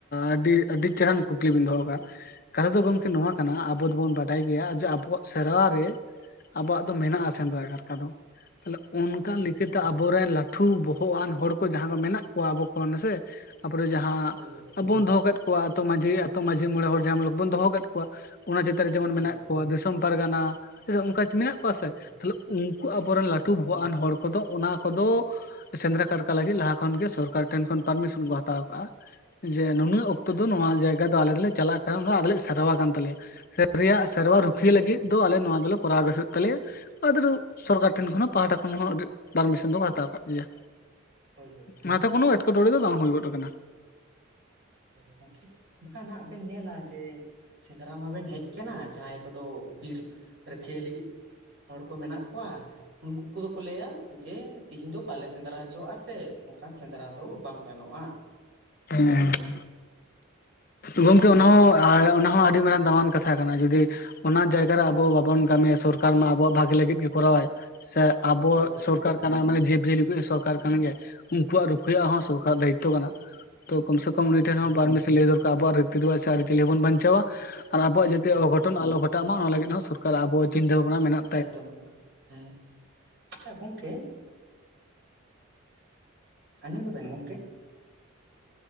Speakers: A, on the left; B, on the right.
A: ᱟᱹᱰᱤ ᱟᱹᱰᱤ ᱪᱮᱦᱟᱱ ᱠᱩᱠᱞᱤ ᱵᱤᱱ ᱫᱚᱦᱚ ᱠᱟᱜ-ᱟ᱾ ᱠᱟᱛᱷᱟ ᱫᱚ ᱜᱚᱢᱠᱮ ᱱᱚᱣᱟ ᱠᱟᱱᱟ ᱟᱵᱚ ᱫᱚᱵᱚᱱ ᱵᱟᱰᱟᱭ ᱜᱮᱭᱟ ᱟᱵᱚᱣᱟᱜ ᱥᱮᱨᱣᱟ ᱨᱮ ᱟᱵᱚᱣᱟᱜ ᱫᱚ ᱢᱮᱱᱟᱜ-ᱟ
B: ᱦᱳᱭ ᱦᱳᱭ ᱦᱳᱭ
A: ᱥᱮᱸᱫᱽᱨᱟ ᱠᱟᱨᱠᱟ ᱫᱚ᱾ ᱛᱟᱦᱚᱞᱮ ᱚᱱᱠᱟ
B: ᱦᱳᱭ
A: ᱞᱮᱠᱟᱛᱮ
B: ᱦᱳᱭ
A: ᱟᱵᱚᱨᱮᱱ ᱞᱟᱹᱴᱷᱩ ᱵᱚᱦᱚᱜ ᱟᱱ ᱦᱚᱲ ᱠᱚ ᱡᱟᱦᱟᱸ ᱠᱚ ᱢᱮᱱᱟᱜ ᱠᱚᱣᱟ ᱟᱵᱚ ᱠᱚ ᱱᱟᱥᱮ ᱛᱟᱯᱚᱨᱮ ᱡᱟᱦᱟᱸ
B: ᱦᱳᱭ ᱦᱳᱭ
A: ᱵᱚᱱ ᱫᱚᱦᱚ ᱠᱟᱜ ᱠᱚ ᱟᱛᱳ ᱢᱟᱹᱡᱷᱤ ᱟᱛᱳ ᱢᱟᱹᱡᱷᱤ ᱢᱚᱬᱮ ᱦᱚᱲ ᱡᱟᱦᱟᱸᱢ ᱵᱚᱱ ᱫᱚᱦᱚ ᱠᱮᱫ ᱠᱚᱣᱟ ᱚᱱᱟ ᱪᱮᱛᱟᱱ ᱨᱮ ᱡᱮᱢᱚᱱ
B: ᱦᱳᱭ
A: ᱢᱮᱱᱟᱜ
B: ᱦᱳᱭ
A: ᱠᱚᱣᱟ ᱯᱟᱨᱜᱟᱱᱟ ᱚᱱᱠᱟ ᱢᱮᱱᱟᱜ ᱠᱚᱣᱟ
B: ᱦᱳᱭ
A: ᱥᱮ
B: ᱦᱳᱭ
A: ᱛᱟᱦᱞᱮ ᱩᱱᱠᱩ ᱟᱵᱚᱨᱮᱱ
B: ᱦᱳᱭ
A: ᱞᱟᱹᱴᱩ ᱵᱚᱦᱚᱜ ᱟᱱ ᱦᱚᱲ ᱠᱚᱫᱚ ᱚᱱᱟ ᱠᱚᱫᱚ ᱥᱮᱸᱫᱽᱨᱟ ᱠᱟᱨᱠᱟ ᱞᱟᱹᱜᱤᱫ ᱞᱟᱦᱟ ᱠᱷᱚᱱᱜᱮ ᱥᱚᱨᱠᱟᱨ ᱴᱷᱮᱱ ᱠᱷᱚᱱ ᱯᱟᱨᱢᱤᱥᱚᱱ ᱠᱚ ᱦᱟᱛᱟᱣ ᱠᱟᱜ-ᱟ ᱡᱮ ᱱᱩᱱᱟᱹᱜ ᱚᱠᱛᱚ
B: ᱮᱠᱫᱚᱢ
A: ᱫᱚ ᱱᱚᱣᱟ
B: ᱮᱠᱫᱚᱢ
A: ᱡᱟᱭᱜᱟ ᱫᱚ ᱟᱞᱮ ᱫᱚᱞᱮ ᱪᱟᱞᱟᱜ ᱠᱟᱱᱟ ᱟᱞᱮ ᱞᱮ ᱥᱮᱟᱨᱣᱟ ᱠᱟᱱ ᱛᱟᱞᱮᱭᱟ᱾ ᱨᱮᱭᱟᱜ ᱥᱮᱨᱣᱟ
B: ᱦᱳᱭ
A: ᱨᱩᱠᱷᱤᱭᱟᱹ
B: ᱦᱳᱭ
A: ᱞᱟᱹᱜᱤᱫ ᱫᱚ ᱟᱞᱮ ᱱᱚᱣᱟ ᱫᱚᱞᱮ ᱠᱚᱨᱟᱣ ᱜᱮ ᱦᱩᱭᱩᱜ ᱛᱟᱞᱮᱭᱟ ᱟᱫᱚ ᱥᱚᱨᱠᱟᱨ
B: ᱦᱳᱭ
A: ᱴᱷᱮᱱ ᱠᱷᱚᱱ ᱦᱚᱸ ᱯᱟᱦᱴᱟ ᱠᱷᱚᱱ ᱦᱚᱸ ᱟᱹᱰᱤ ᱯᱟᱨᱢᱤᱥᱚᱱ ᱫᱚᱠᱚ ᱦᱟᱛᱟᱣ ᱠᱟᱜ ᱜᱮᱭᱟ᱾
B: ᱦᱳᱭ ᱦᱳᱭ
A: ᱚᱱᱟᱛᱮ ᱠᱳᱱᱚ ᱮᱴᱠᱮᱴᱚᱬᱮ ᱫᱚ ᱵᱟᱝ ᱦᱩᱭ ᱜᱚᱫ ᱠᱟᱱᱟ᱾
B: ᱦᱳᱭ ᱜᱚᱢᱠᱮ ᱵᱟᱠᱷᱟᱱ ᱱᱟᱜ ᱵᱮᱱ ᱧᱮᱞᱟ ᱡᱮ ᱥᱮᱸᱫᱽᱨᱟ ᱢᱟᱵᱮᱱ ᱦᱮᱡ ᱠᱟᱱᱟ ᱡᱟᱦᱟᱸᱭ ᱠᱚᱫᱚ ᱵᱤᱨ ᱨᱟᱹᱠᱷᱤᱭᱟᱹ ᱞᱟᱹᱜᱤᱫ ᱦᱚᱲ ᱠᱚ ᱢᱮᱱᱟᱜ ᱠᱚᱣᱟ ᱩᱱᱠᱩ ᱠᱚᱫᱚ ᱠᱚ ᱞᱟᱹᱭᱟ ᱡᱮ ᱛᱤᱦᱤᱧ ᱫᱚ ᱵᱟᱞᱮ ᱥᱮᱸᱫᱽᱨᱟ ᱦᱚᱪᱚᱣᱟᱜ-ᱟ ᱥᱮ ᱚᱱᱠᱟᱱ ᱥᱮᱸᱫᱽᱨᱟ ᱫᱚ ᱵᱟᱝ ᱜᱟᱱᱚᱜ-ᱟ᱾
A: ᱦᱮᱸ ᱦᱮᱸ ᱜᱚᱝᱠᱮ ᱚᱱᱟ ᱦᱚᱸ ᱚᱱᱟ ᱦᱚᱸ ᱟᱹᱰᱤ ᱢᱟᱨᱟᱝ ᱫᱟᱢᱟᱱ ᱠᱟᱛᱷᱟ ᱠᱟᱱᱟ ᱡᱚᱫᱤ ᱚᱱᱟ ᱡᱟᱭᱜᱟᱨᱮ ᱟᱵᱚ ᱵᱟᱵᱚᱱ ᱠᱟᱹᱢᱤᱭᱟ ᱥᱚᱨᱠᱟᱨ ᱢᱟ ᱟᱵᱚᱣᱟᱜ ᱵᱷᱟᱜᱤ ᱞᱟᱹᱜᱤᱫ ᱜᱮ ᱠᱚᱨᱟᱣᱟᱭ ᱥᱮ ᱟᱵᱚᱣᱟᱜ
B: ᱦᱳᱭ ᱦᱳᱭ
A: ᱥᱚᱨᱠᱟᱨ
B: ᱦᱳᱭ
A: ᱠᱟᱱᱟ ᱢᱟᱱᱮ ᱡᱤᱵᱽ ᱡᱤᱭᱟᱹᱞᱤ ᱠᱚ ᱥᱚᱨᱠᱟᱨ ᱠᱟᱱ ᱜᱮᱭᱟᱭ ᱩᱱᱠᱩᱣᱟᱜ ᱨᱩᱠᱷᱤᱟᱹ ᱦᱚᱸ ᱥᱚᱨᱠᱟᱨ ᱫᱟᱭᱤᱛᱛᱚ ᱠᱟᱱᱟ᱾ ᱛᱚ ᱠᱚᱢ ᱥᱮ ᱠᱚᱢ ᱩᱱᱤ
B: ᱦᱳᱭ
A: ᱴᱷᱮᱱ
B: ᱦᱳᱭ
A: ᱦᱚᱸ ᱯᱟᱨᱢᱤᱥᱚᱱ ᱞᱟᱹᱭ ᱫᱚᱨᱠᱟᱨ ᱠᱟᱱᱟ ᱟᱵᱚᱣᱟᱜ ᱨᱤᱛᱤᱨᱳᱣᱟᱡ ᱥᱮ ᱟᱹᱨᱤᱼᱪᱟᱹᱞᱤ ᱵᱚᱱ ᱵᱟᱧᱪᱟᱣᱟ ᱟᱨ ᱟᱵᱚᱣᱟᱜ ᱡᱟᱛᱮ
B: ᱦᱳᱭ
A: ᱚᱜᱷᱚᱴᱚᱱ
B: ᱮᱠᱫᱚᱢ
A: ᱟᱞᱚᱷᱚᱴᱟᱜ
B: ᱮᱠᱫᱚᱢ
A: ᱢᱟ ᱚᱱᱟ ᱞᱟᱹᱜᱤᱫ ᱦᱚᱸ ᱥᱚᱨᱠᱟᱨ ᱟᱵᱚᱣᱟᱜ ᱪᱤᱱᱛᱟᱹ ᱵᱱᱟ ᱢᱮᱱᱟᱜ ᱟᱠᱟᱱᱟ
B: ᱮᱠᱫᱚᱢ ᱮᱠᱫᱚᱢ ᱦᱮᱸ ᱟᱪᱪᱷᱟ ᱜᱚᱢᱠᱮ ᱟᱧᱡᱚᱢ ᱫᱚᱵᱤᱱ ᱜᱳᱢᱠᱮ